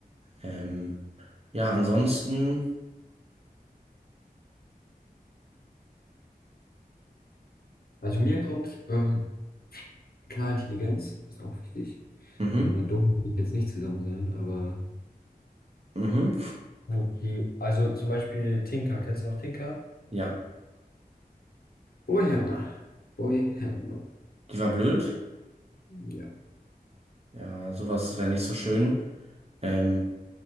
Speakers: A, on the right (about 40°); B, on the left (about 70°).
A: Ähm, ja, ansonsten,
B: also mir kommt, ähm, Klar, Intelligenz ist auch wichtig.
A: mhm,
B: So mit einer Dummen würde ich jetzt nicht zusammen sein, aber
A: mhm,
B: Okay. Also zum Beispiel Tinker. Kennst du noch Tinker?
A: ja,
B: Boy Herner. Boy Herner.
A: die war blöd.
B: Ja.
A: Ja, sowas wäre nicht so schön. Ähm,